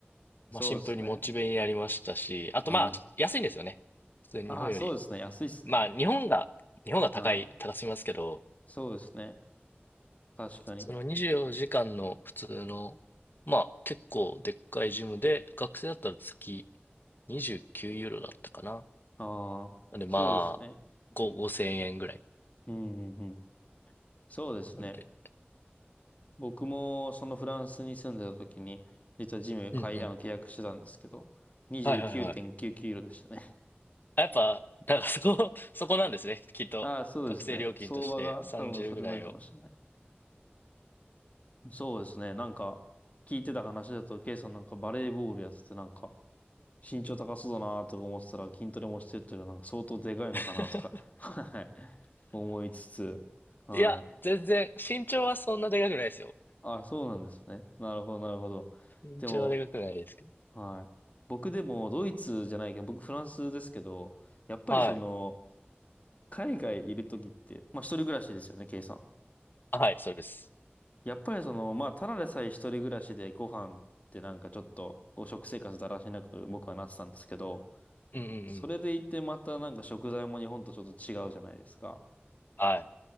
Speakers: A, on the left; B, on the left.
A: そうですね。
B: まあシンプルにモチベになりましたし、あとまあ安いんですよね。
A: はい。
B: 普通に日本より。
A: ああ、そうですね。安いですね。
B: まあ日本が、日本が高い、
A: はい。
B: 高すぎますけど、
A: そうですね。確かに。
B: その24時間の普通の、まあ結構でっかいジムで、学生だったら月29ユーロだったかな。
A: ああ、
B: なんでまあ、
A: そうですね。
B: 5、5000円ぐらい。
A: うん、うん、うん。そうですね。
B: なんで。
A: 僕もそのフランスに住んでた時に、実はジム買い、
B: うんうん。
A: あの、契約してたんですけど、29.99ユーロでしたね。
B: はいはいはい。あやっぱ、だからそこ、<laughs> そこなんですね。
A: <laughs>
B: きっと。
A: ああ、そうですね。
B: 学生料金として30ぐらいを。
A: 相場が多分それなんかもしれない。そうですね。なんか、聞いてた話だと、ケイさんなんかバレーボールやっててなんか、身長高そうだなとか思ってたら筋トレもしてるというのはなんか相当でかいのかなとか、
B: <laughs>
A: <laughs> はい。思いつつ、はい。
B: いや、全然、身長はそんなでかくないですよ。
A: あ、そうなんですね。なるほど、なるほど。
B: 身長はでかくないですけど。
A: でも、はい。僕でもドイツじゃないけど、僕フランスですけど、やっぱりその、
B: はい。
A: 海外いるときって、まあ一人暮らしですよね、ケイさん。
B: はい、そうです。
A: やっぱりその、まあただでさえ一人暮らしでご飯ってなんかちょっと、ご食生活だらしなく僕はなってたんですけど、
B: うんうんうん。
A: それでいてまたなんか食材も日本とちょっと違うじゃないですか。
B: はい。